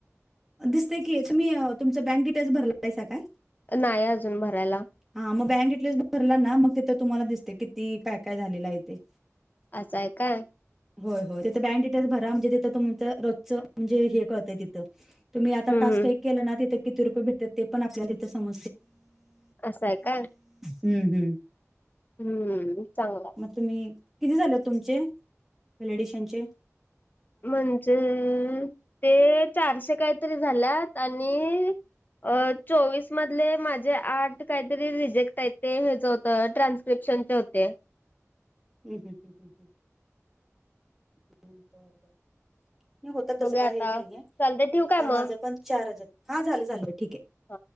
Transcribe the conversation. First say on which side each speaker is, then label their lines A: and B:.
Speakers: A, in the centre; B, on the left.
A: दिसतेय की तुम्ही तुमचं बँक डिटेल्स भरला पायसा काय?
B: नाही अजून भरायला.
A: हा मग बँक इथलेट भरला ना मग तिथ तुम्हाला दिसते किती काय काय झालेलं आहेथे.
B: असं आहे काय?
A: होय होय ते बँक डिटेल्स भरा म्हणजे तथं तुमचं रोजचं म्हणे हे करतंयथ तुम्ही आता
B: हम्म
A: टास्क
B: हम्म
A: केला ना तिथे किती रुपये भेट ते पण आपल्या सम
B: असं आहे काय
A: हम्म हम्म.
B: हम्म चांग.
A: तुम्ही किती झाल तुमचे? फ्लेडिशनचे
B: म्हणजे ते चारशे काहीतरी झाल्यात त्यांनी अ चोवीस मधले माझे आठ काहीतरी रिजेक्ट आहेत ते हेचं होत ट्रान्स्क्रिप्शनट होते.
A: हुं, हुं, हुं, हुं. बरं बरं नाही होत
B: बघूया
A: तस काय
B: आता
A: हे नाहीये आता
B: चालतंय ठेवू काय मग?
A: माझ पण चार हजार हा झालं झालं ठीक हे.
B: हा.